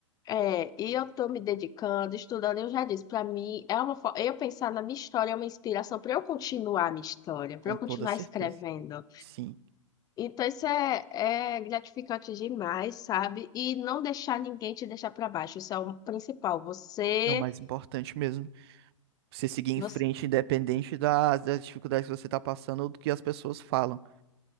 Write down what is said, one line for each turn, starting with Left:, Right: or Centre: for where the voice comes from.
Left: É, e eu tô me dedicando, estudando, eu já disse, para mim é uma forma, eu pensar na minha história é uma inspiração para eu continuar a minha história, para
Right: Com
Left: eu
Right: toda
Left: continuar
Right: certeza.
Left: escrevendo.
Right: Sim.
Left: Então isso é, é gratificante demais, sabe? E não deixar ninguém te deixar para baixo, isso é o principal. Você,
Right: É o mais importante mesmo. Você seguir em
Left: você,
Right: frente, independente das, das dificuldades que você tá passando ou do que as pessoas falam.